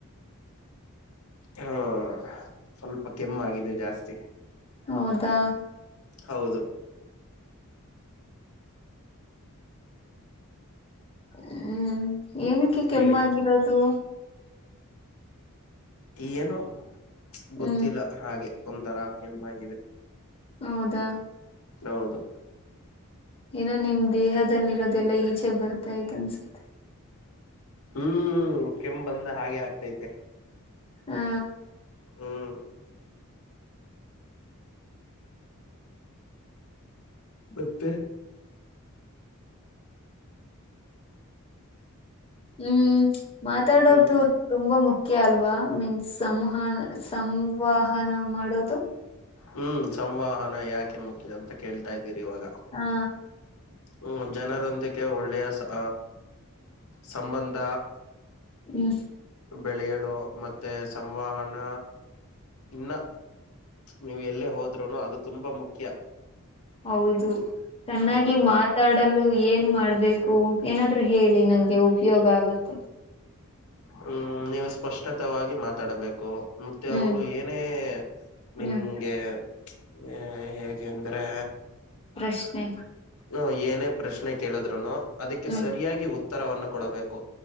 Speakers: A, on the left; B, on the left.
A: ಹ್ಮ ಸ್ವಲ್ಪ ಕೆಮ್ಮ ಆಗಿದೆ ಜಾಸ್ತಿ.
B: ಹೌದಾ.
A: ಹೌದು.
B: ಹ್ಮ್ ಏನಕ್ಕೆ ಕೆಮ್ಮಾಗಿರೋದು?
A: ಹೇಳಿ ಏನೋ ಗೊತ್ತಿಲ್ಲ?
B: ಹ್ಮ್
A: ಹಾಗೆ ಒಂಥರಾ ಕೆಮ್ಮಾ ಆಗಿದೆ.
B: ಹೌದಾ?
A: ಹೌದು.
B: ಏನೋ ನಿಮ್ ದೇಹದಲ್ಲಿ ಇರೋದೆಲ್ಲಾ ಈಚೆ ಬರ್ತಾ ಇತ್ತು ಅನ್ಸುತ್?
A: ಹ್ಮ್ ಕೆಮ್ಮ ಬಂದ್ರೆ ಹಾಗೆ ಆಗ್ತೈತೆ.
B: ಹಾ
A: ಹ್ಮ್. ಮತ್ತೆ? <inaudible>
B: ಹ್ಮ್ ಮಾತಾಡೋದು
A: ಹ್ಮ್
B: ತುಂಬಾ ಮುಖ್ಯ ಅಲ್ವಾ ಮೀನ್ಸ್ ಸಂಹನ್ ಸಂವಹನ ಮಾಡೋದು?
A: ಹ್ಮ್ ಸಂವಹನ ಯಾಕೆ ಮುಖ್ಯ ಅಂತ ಕೇಳ್ತಾ ಇದ್ದೀರಿ ಇವಾಗ.
B: ಹಾ
A: ಹ್ಮ್ ಜನರೊಂದಿಗೆ ಒಳ್ಳೆಯ ಸಹ ಸಂಬಂಧ.
B: ಹ್ಮ್
A: ಬೆಳೆಯಲು ಮತ್ತೆ ಸಂವಹನ ಇನ್ನ ನೀವು ಎಲ್ಲೇ ಹೋದ್ರೂನು ಅದು ತುಂಬಾ ಮುಖ್ಯ.
B: ಹೌದು ಚೆನ್ನಾಗಿ
A: ಹೌದು
B: ಮಾತ್ ಮಾತಾಡಲು ಏನ್ ಮಾಡ್ಬೇಕು ಏನಾದರೂ ಹೇಳಿ ನಂಗೆ ಉಪಯೋಗ ಆಗುತ್ತೆ.
A: ಹ್ಮ ನೀವ ಸ್ಪಷ್ಟತವಾಗಿ ಮಾತಾಡಬೇಕು. ಮತ್ತೆ
B: ಹ್ಮ್
A: ಅವರು ಏನೇ ನಿಂಗೆ
B: ಹ್ಮ್
A: ಎ ಹೇಗೆಂದ್ರೆ
B: ಪ್ರಶ್ನೆ
A: ಹ ಏನೇ ಪ್ರಶ್ನೆ ಕೇಳಿದ್ರುನು ಅದಕ್ಕೆ
B: ಹ್ಮ್
A: ಸರಿಯಾಗಿ ಉತ್ತರವನ್ನ ಕೊಡಬೇಕು.